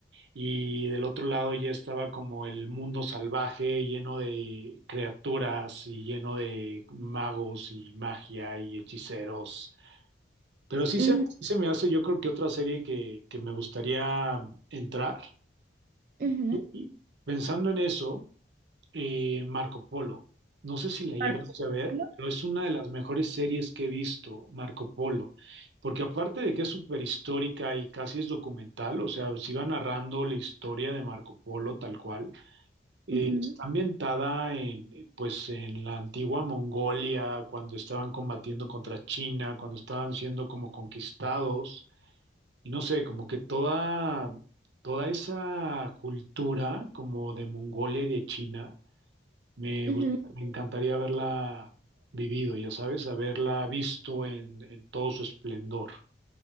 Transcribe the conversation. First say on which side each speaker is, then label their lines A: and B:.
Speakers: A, on the right; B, on the right.
A: y del otro lado ya estaba como el mundo salvaje, lleno de criaturas y lleno de magos y magia y hechiceros. Pero sí
B: Ujú,
A: se, sí se me hace, yo creo que otra serie que, que me gustaría entrar.
B: ujú.
A: Y pensando en eso eh, Marco Polo. No sé si la llegaste
B: tal como-
A: a ver, pero es una de las mejores series que he visto, Marco Polo, porque aparte de que es súper histórica y casi es documental, o sea, se iba narrando la historia de Marco Polo tal cual, eh,
B: Ujú,
A: está ambientada en, pues, en la antigua Mongolia, cuando estaban combatiendo contra China, cuando estaban siendo como conquistados, y no sé, como que toda, toda esa cultura como de Mongolia y de China me
B: ujú.
A: gust- me encantaría haberla vivido, ya sabes, haberla visto en, en todo su esplendor.